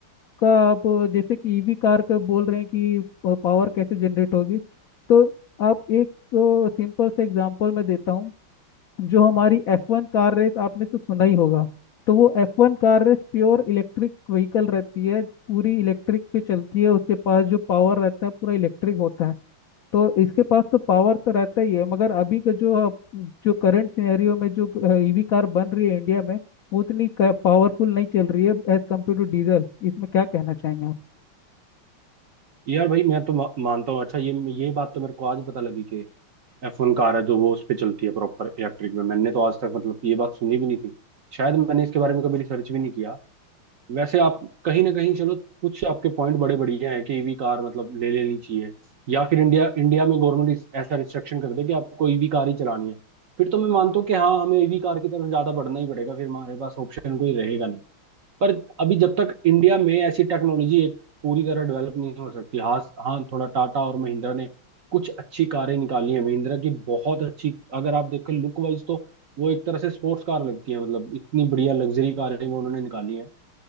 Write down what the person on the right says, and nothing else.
यार भाई मैं तो मा, मानता हूँ अच्छा ये ये बात तो मेरे को आज पता लगी कि एफ वन कार है जो वो उस पर चलती है प्रॉपर इलेक्ट्रिक में मैंने तो आज तक मतलब ये बात सुनी भी नहीं थी शायद मैंने इसके बारे में कभी रिसर्च भी नहीं किया वैसे आप कहीं ना कहीं चलो कुछ आपके पॉइंट बड़े बढ़िया हैं कि ईवी कार मतलब ले लेनी चाहिए या फिर इंडिया इंडिया में गवर्नमेंट ऐसा रिस्ट्रिक्शन कर दे कि आपको ईवी कार ही चलानी है फिर तो मैं मानता हूँ कि हाँ हमें ईवी कार की तरफ ज्यादा बढ़ना ही पड़ेगा फिर हमारे पास ऑप्शन कोई रहेगा नहीं पर अभी जब तक इंडिया में ऐसी टेक्नोलॉजी एक पूरी तरह डेवलप नहीं हो सकती हाँ हाँ थोड़ा टाटा और महिंद्रा ने कुछ अच्छी कारें निकाली हैं महिंद्रा की बहुत अच्छी अगर आप देखें लुक वाइज तो वो एक तरह से स्पोर्ट्स कार लगती है मतलब इतनी बढ़िया लग्जरी कारें वो उन्होंने निकाली हैं